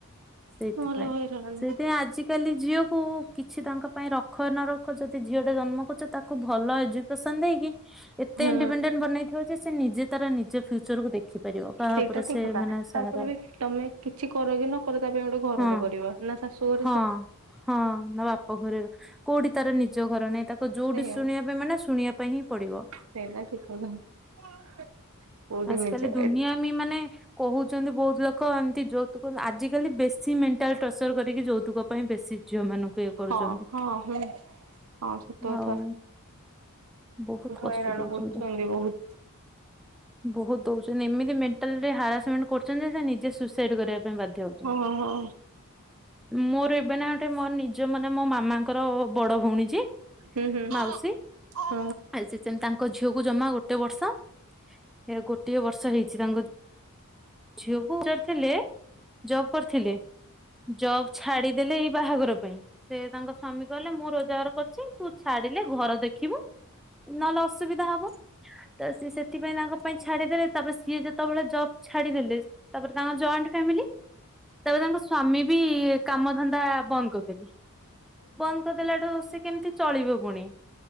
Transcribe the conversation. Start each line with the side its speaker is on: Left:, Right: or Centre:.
Centre: ସେଇଥିପାଇଁ
Right: ନହେଲେ ହଇରାଣ
Centre: ସେଇଥିପାଇଁ ଆଜି ଆଜିକାଲି ଝିଅକୁ କିଛି ତାଙ୍କ ପାଇଁ ରଖ ନ ରଖ ଯଦି ଝିଅଟେ ଜନ୍ମ ତାକୁ ଭଲ ଏଜୁକେସନ ଦେଇକି ଏତେ
Right: ହୁଁ
Centre: ଇଣ୍ଡିପେଣ୍ଡେଣ୍ ବନେଇ ଯେ ସେ ନିଜେ ତାର ନିଜ ଫ୍ୟୁଚରକୁ ଦେଖିପାରିବ। କାହା
Right: ସେଇଟା
Centre: ଉପରେ
Right: ଠିକ
Centre: ସେ
Right: କଥା
Centre: ମାନେ ସାହାରା
Right: ତାପରେ ବି ତମେ କିଛି କର କି ନ କର ତା ପାଇଁ ଗୋଟେ ଘରଟେ
Centre: ହଁ
Right: କରିବ। ନା ଶାଶୁଘ
Centre: ହଁ ହଁ ନା ବାପଘରେ କୋଉଠି ତାର ନିଜ ଘର ନାଇଁ ତାକୁ ତ ଯୋଉଠି
Right: ସେଇଆ
Centre: ଶୁଣିବା ପାଇଁ ମାନେ ଶୁଣିବା ପାଇଁ ହିଁ ପଡିବ।
Right: ସେଇଟା ଠିକ କଥା। କୋଉଠି
Centre: ଆଜିକାଲି
Right: ନିଜ
Centre: ଦୁନିଆବି ମାନେ କହୁଛନ୍ତି ବହୁତ ଲୋକ ଏମିତି ଯୌତୁକ ଆଜିିକାଲି ବେଶୀ ମେଣ୍ଟାଲ ଟର୍ଚର କରିକି ଯୌତୁ ଯୌତୁକ ପାଇଁ ବେଶୀ ଝିଅ ମାନଙ୍କୁ ଇଏ କରୁଛନ୍ତି
Right: ହଁ ହଁ ହୁଁ ହଁ ସତ କଥା
Centre: ଆଉ। ବହୁତ କଷ୍ଟ
Right: ହଇରାଣ
Centre: ଦଉଛନ୍ତି।
Right: କରୁଛନ୍ତି ବହୁତ
Centre: ବହୁତ ଦଉଛନ୍ତି ଏମିତି ମେଣ୍ଟାଲରେ ହାରାସମେଣ୍ଟ କରୁଛନ୍ତି ନିଜେ ସୁଇସାଇଡ କରିବାକୁ ବାଧ୍ୟ ହଉଛନ୍ତି।
Right: ହଁ ହଁ
Centre: ମୋର ଏବେ ନା ଗୋଟେ ମୋର ନିଜ ମାନେ ମୋ ମାମାଙ୍କର ବଡ ଭଉଣୀ ଯିଏ
Right: ହୁଁ ହୁଁ
Centre: ମାଉସୀ
Right: ଓହୋ
Centre: ଆ ସେମିତି ତାଙ୍କ ଝିଅକୁ ଜମା ଗୋଟେ ବର୍ଷ। ଏ ଗୋଟିଏ ବର୍ଷ ହେଇଛି ତାଙ୍କ ଝିଅକୁ ପଚାରୁ ଥିଲେ। ଜବ କରିଥିଲେ ଜବ ଛାଡିଦେଲେ ଏଇ ବାହାଘର ପାଇଁ ସେ ତାଙ୍କ ସ୍ୱାମୀ କହିଲେ ମୁଁ ରୋଜଗାର କରୁଛି ତୁ ଛାଡିଲେ ଘର ଦେଖିବୁ ନହେଲେ ଅସୁବିଧା ହବ। ତ ସିଏ ସେଥିପାଇଁ ତାଙ୍କ ପାଇଁ ତାପରେ ସିଏ ଯେତେବେଳେ ଜବ ଛାଡିଦେଲେ ତାପରେ ତାଙ୍କ ଜଏଣ୍ଟ ଫାମିଲି ତାପରେ ତାଙ୍କ ସ୍ଵାମୀ ବି କାମ ଧନ୍ଦା ବନ୍ଦ କରିଦେଲେ ବନ୍ଦ କରି ଦେଲାଠୁ ସେ କେମିତି ଚଳିବ ପୁଣି